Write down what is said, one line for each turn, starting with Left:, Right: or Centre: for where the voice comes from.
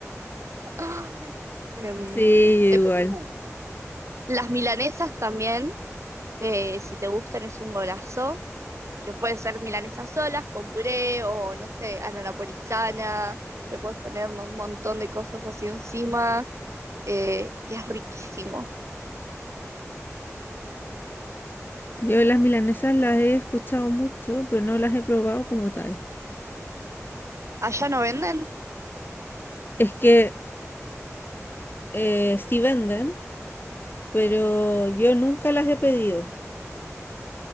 Right: Ah, Em,
Left: Sí, yo
Right: después
Left: igual.
Right: tengo las milanesas también, que si te gustan es un golazo, que puede ser milanesas solas, con puré o no sé, a la napolitana, le puedes poner ¿no? un montón de cosas así encima eh, y es riquísimo.
Left: Yo las milanesas las he escuchado mucho, pero no las he probado como tal.
Right: ¿Allá no venden?
Left: Es que eh, sí venden, pero yo nunca las he pedido.